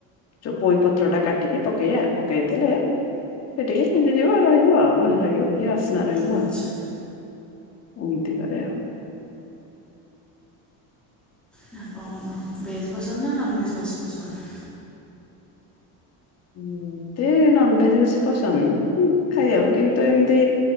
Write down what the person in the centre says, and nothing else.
ଆଚ୍ଛା
<unintelligible> ଭେଜ ପସନ୍ଦ ନା ନନଭେଜ ବେଶି ପସନ୍ଦ?